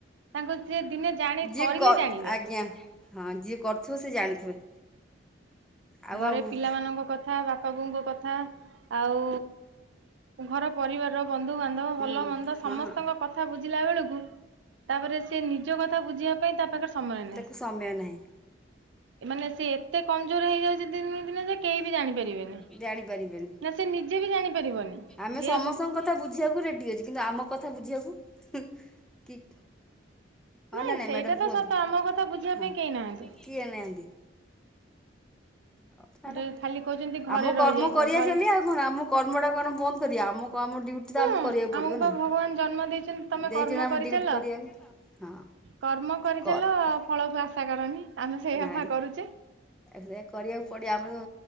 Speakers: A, on the right; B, in the centre.
A: ତାଙ୍କୁ ଯିଏ ଦିନେ ଜାଣି
B: ଯିଏ
A: କରିଲେ
B: କ
A: ଜାଣିବେ।
B: ଆଜ୍ଞା ହଁ ଯିଏ କରୁଥିବ ସିଏ ଜାଣିଥିବେ। ଆଉ
A: ଘରେ
B: ଆଉ ହୁଁ
A: ପିଲାମାନଙ୍କ କଥା ବାପା ବୋଉଙ୍କ କଥା ଆଉ ଘର ପରିବାର ର ବନ୍ଧୁବାନ୍ଧବ
B: ହଁ।
A: ଭଲ ମନ୍ଦ ସମସ୍ତଙ୍କ କଥା ଥା ବୁଝିଲା ବେଳକୁ ତାପରେ ସେ ନିଜ କଥା ବୁଝିବା ପାଇଁ ତା ପାଖରେ ସମୟ ନାହିଁ
B: ତାକୁ ସମୟ ନାହିଁ।
A: ଏମାନେ ସେ ଏତେ କମ୍ ଜୋର୍ ହେଇଯାଉ ଦିନକୁ ଦିନେ ସେ କେହି ବି ଜାଣିପାରିବେନି
B: ଜାଣିପାରିବେନି
A: ନା ସେ ନିଜେ ବି ଜାଣିପାରିବନି।
B: ଆମେ
A: ଯେ
B: ସମସ୍ତଙ୍କ କଥା ବୁଝିବାକୁ ରେଡ୍ଡି ଅଛୁ କିନ୍ତୁ ଆମ କଥା ବୁଝିବାକୁ କି ହଁ
A: ନାଇଁ
B: ନା
A: ସେଇଟା
B: ମ୍ୟାଡ଼ାମ୍
A: ତ
B: କୁହନ୍ତୁ
A: ସତ ଆମ କଥା ବୁଝିବା
B: ହଁ
A: ପାଇଁ କେହି ନାହାନ୍ତି।
B: କିଏ ନାହାନ୍ତି। ହଉ ଛାଡ
A: ଗୋଟେ ଖାଲି କହୁଛନ୍ତି ଘରେ
B: ଆମ
A: ରହିଯାଇଛ
B: କର୍ମ କରିବା
A: ଘରେ
B: ସେମିତି ଆଉ। ହଁ- ଆମ କର୍ମ ଟା କଣ ବନ୍ଦ କରିବା ଆମ କୁ ଆମ ଡିଉଟ୍ ତ
A: ହଁ
B: ଆମକୁ କରିବାକୁ
A: ଆମକୁ
B: ପଡିବନା
A: ବା ଭଗବାନ ଜନ୍ମ ଦେଇଛନ୍ତି ତମେ
B: ଦେଇଚନ୍ତି
A: କର୍ମ
B: ଆମକୁ
A: କରିଚାଲ
B: ଡଉଟି କରିବାକୁ। ହଁ
A: କର୍ମ କରିଚାଲ
B: କର୍ମ
A: ଫଳକୁ ଆଶା କରନି। ଆମେ ସେଇଆପା
B: ନାଇଁ
A: କରୁଛେ।
B: ସେଇଆ କରିବାକୁ ପଡିବ। ଆମର